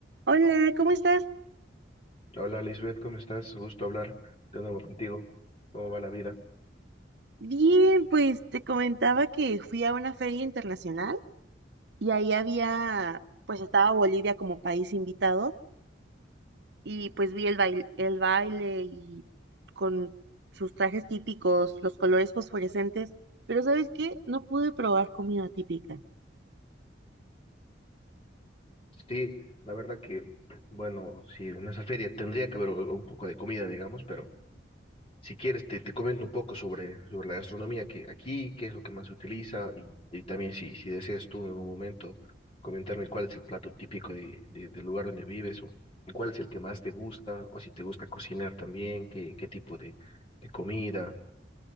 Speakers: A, on the right; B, on the left.
A: Hola, ¿cómo estás?
B: Hola Lisbeth, ¿cómo estás? Gusto hablar de nuevo contigo. ¿Cómo va la vida?
A: Bien, pues te comentaba que fui a una feria internacional y ahí había, pues estaba Bolivia como país invitado y pues vi el baile, el baile y con sus trajes típicos, los colores fosforescentes, pero ¿sabes qué? No pude probar comida típica.
B: Sí, la verdad que, bueno, si en esa feria tendría que haber u- un poco de comida, digamos, pero si quieres te, te comento un poco sobre, sobre la gastronomía, que aquí, qué es lo que más se utiliza y, y también si, si deseas tú en algún momento comentarme cuál es el plato típico de, de- del lugar donde vives o cuál es el que más te gusta o si te gusta cocinar también, qué, qué tipo de, de comida,